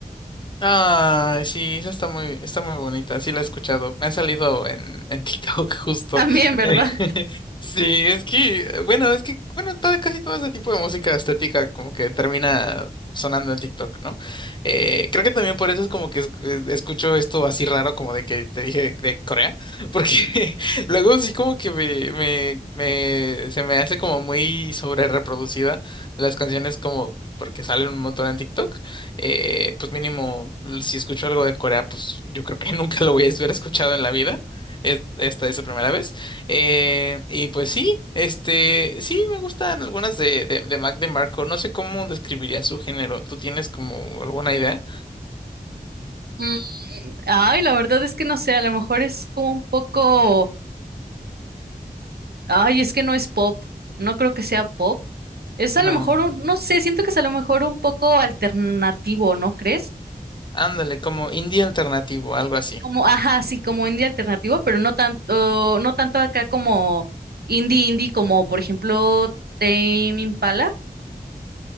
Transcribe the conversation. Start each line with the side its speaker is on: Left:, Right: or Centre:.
Left: Ah, sí, esa está muy, está muy bonita, sí la he escuchado. Me ha salido en, en <laughs> TikTok justo.
Right: <laughs> También, ¿verdad?
Left: Eh, <laughs> Sí, es que, bueno, es que, bueno, todo- casi todo ese tipo de música estética como que termina sonando en TikTok, ¿no? Eh, creo que también por eso es como que es- escucho esto así raro como de que te dije de Corea, porque <laughs> luego sí como que me, me, me- se me hace como muy sobre reproducida las canciones como porque salen un montón en TikTok eh, pues mínimo, si escucho algo de Corea, pues yo creo que <laughs> nunca lo voy a haber escuchado en la vida. Es- Esta es la primera vez. Eh, y pues sí, este, sí me gustan algunas de, de, de Mac DeMarco. No sé cómo describiría su género. ¿Tú tienes como alguna idea?
Right: Mm, ay, la verdad es que no sé, a lo mejor es como un poco, ay, es que no es pop. No creo que sea pop. Es
Left: No.
Right: a lo mejor, un- no sé, siento que es a lo mejor un poco alternativo, ¿no crees?
Left: Ándale, como indie alternativo, algo así.
Right: Como, ajá, sí, como indie alternativo, pero no tanto, no tanto acá como indie indie, como por ejemplo Tame Impala,